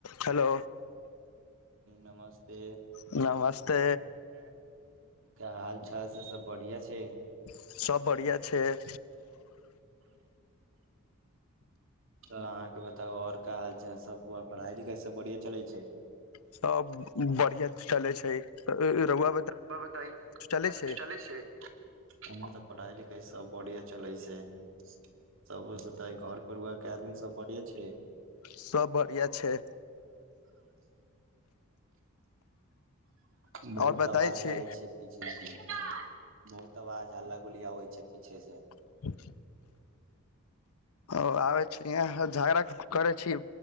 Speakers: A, on the left; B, on the right.
A: Hello
B: नमस्ते
A: नमस्ते
B: क्य हाल चाल से सब बढ़िआ छैय।
A: सब बढ़िया छैय।
B: तऽ अहाँके बताउ और का हाल सब बा। पढ़ाइ लिखाई सब बढ़िया चलै छै।
A: सब बढ़िया चले छै रौआ
B: और बताई सब अच्छा
A: चले
B: से
A: छै
B: चलै छैय हमर तऽ पढ़ाई लिखाई सब बढ़िया चलै छैय। ऐ घर परिवार के आदमी सब बढिया छैय।
A: सब बढ़िआँ छैय।
B: बहुत
A: और बताय
B: आवाज
A: छी
B: आय छैय पीछे से। बहुत आवाज हल्ला गुल्ली आवे छैय पीछे से।
A: <unintelligible> ओ आवे छी यहाँ झगड़ करै छी।